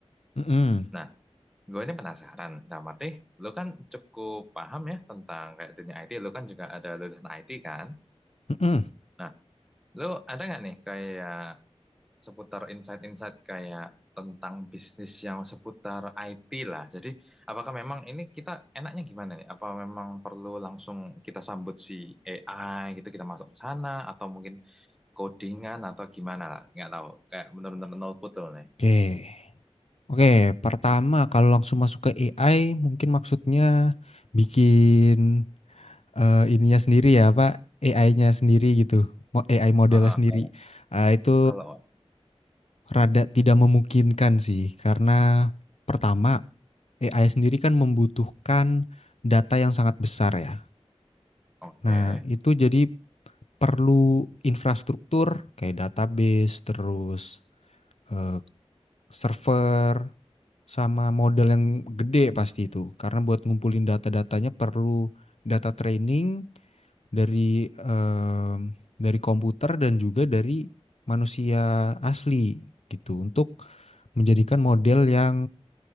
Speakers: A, on the left; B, in the centre.
A: Mm-mm,
B: Nah, gue ini penasaran. Dalam arti, lo kan cukup paham ya tentang kayak dunia IT. Lo kan juga ada lulusan IT kan?
A: mm-mm.
B: Nah, Lo ada nggak nih kayak seputar insight-insight kayak tentang bisnis yang seputar IT lah. Jadi, apakah memang ini kita enaknya gimana nih? Apa memang perlu langsung kita sambut si AI gitu, kita masuk ke sana, atau mungkin codingan atau gimana lah? Nggak tahu. Kayak benar-benar nol putul nih.
A: Oke. Oke, pertama kalau langsung masuk ke AI mungkin maksudnya bikin eh, ininya sendiri ya, Pak. AI-nya sendiri gitu. Mo- AI modelnya
B: Heeh,
A: sendiri.
B: kalau
A: Ah, itu
B: kalau
A: rada tidak memungkinkan sih karena pertama AI sendiri kan membutuhkan data yang sangat besar ya.
B: oke,
A: Nah, itu jadi perlu infrastruktur kayak database terus eh, server sama model yang gede pasti itu karena buat ngumpulin data-datanya perlu data training dari em, dari komputer dan juga dari manusia asli gitu untuk menjadikan model yang